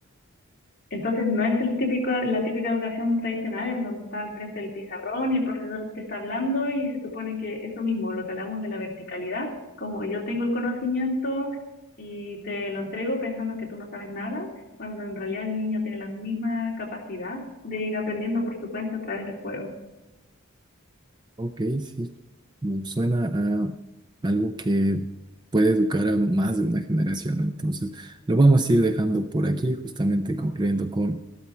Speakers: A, on the left; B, on the right.
A: Entonces no es el típico, la típica educación tradicional en donde está al frente del pizarrón y el profesor te está hablando y se supone que eso mismo, lo que hablamos de la verticalidad, como yo tengo el conocimiento y te lo entrego pensando que tú no sabes nada, cuando en realidad el niño tiene la misma capacidad de ir aprendiendo por su cuenta a través del juego.
B: Ok, sí. Mm, Suena a algo que puede educar a más de una generación. Entonces, lo vamos a ir dejando por aquí, justamente concluyendo con